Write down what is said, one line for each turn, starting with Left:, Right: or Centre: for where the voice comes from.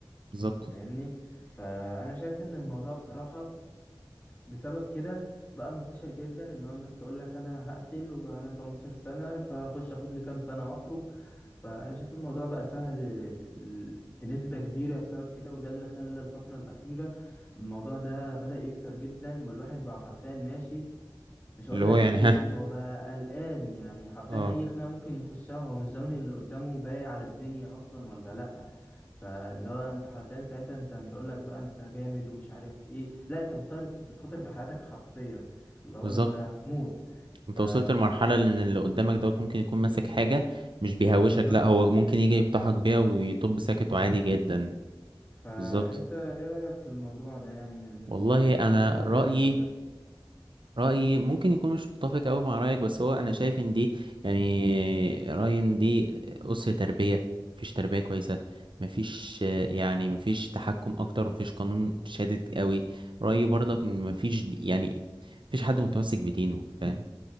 Right: بالظبط
Left: فاهمني فانا شايف ان الموضوع بصراحه بسبب كده بقى منتشر جدا اللي هو الناس تقول لك انا هقتل وانا 18 سنة فاخش اخد لي كام سنة واخرج فانا شايف الموضوع بقى سهل ال- بنسبة كبيرة بسبب كده وده اللي خلى الفترة الأخيرة الموضوع ده بدأ يكتر جدا والواحد بقى حرفيا ماشي مش هقول
Right: اللي هو
Left: لك
Right: يعني
Left: خايف
Right: ها
Left: هو بقى قلقان يعني حرفيا
Right: اه
Left: اي خناقه ممكن يخشها هو مش ضامن اللي قدامه باقي على الدنيا اصلا ولا لا فاللي هو انت حرفيا ساعتها انت مش هقول لك بقى انت جامد ومش عارف ايه لا انت بتخاطر بتخاطر بحياتك حرفيا اللي هو
Right: بالظبط
Left: انت هتموت ف
Right: انت وصلت لمرحلة ان اللي قدامك دوت ممكن يكون ماسك حاجة مش بيهوشك
Left: بالظبط
Right: لا هو ممكن يجي يفتحك بيها ويطب ساكت وعادي جدا
Left: فانت
Right: بالظبط
Left: ايه رايك في الموضوع ده يعني من
Right: والله انا
Left: طريقه الكلام
Right: رأيي
Left: اللي
Right: رأيي ممكن يكون مش متفق أوي مع رأيك بس هو انا شايف ان دي يعني رأيي ان دي أسر تربية مفيش تربية كويسة مفيش يعني مفيش تحكم اكتر مفيش قانون شادد قوي رأيي برضك ان مفيش يعني مفيش حد متمسك بدينه فاهم